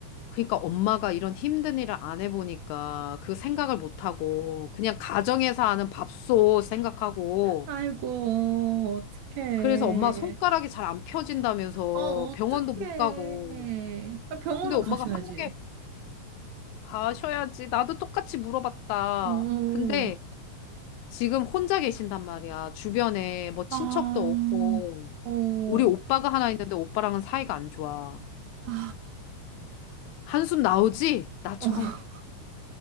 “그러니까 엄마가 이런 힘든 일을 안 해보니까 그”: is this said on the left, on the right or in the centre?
Left